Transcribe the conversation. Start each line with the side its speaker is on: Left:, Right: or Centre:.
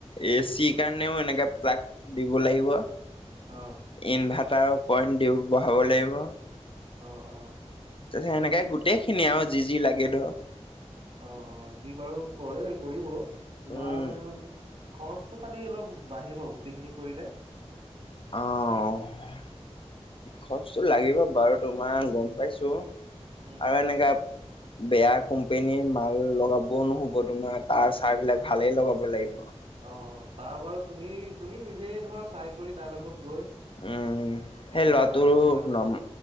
Left: এ চিৰ কাৰণেও এনেকা প্লাগ দিব লাগিব।
Right: অ'।
Left: ইনভাৰ্টাৰৰ পইণ্ট দি বঢ়াব লাগিব।
Right: অ', অ'।
Left: তাৰপিছ সেনেকে গোটেই খিনি আৰু যি-যি লাগে ধৰ।
Right: অ', অ', সি বাৰু কৰে কৰিব, তোমাৰ
Left: উম
Right: খৰচটো খালি অলপ বাঢ়িব, গোটেইখিনি কৰিলে।
Left: অ', খৰচটো লাগিব বাৰু তোমাৰ গম পাইছোঁ।
Right: উম,
Left: আৰু এনেকা বেয়া কোম্পেনীৰ মাল লগাবও নহ'ব তোমাৰ তাৰ চাৰ বিলাক ভালেই লগাব লাগিব।
Right: অ', তাৰ বাৰু তুমি, তুমি নিজে ধৰ চাই কৰি তাৰ লগত গৈ।
Left: উম,
Right: কেনেকুৱা
Left: সেই ল'ৰা
Right: লাগে
Left: টোৰ
Right: কিমান দামৰ
Left: নাম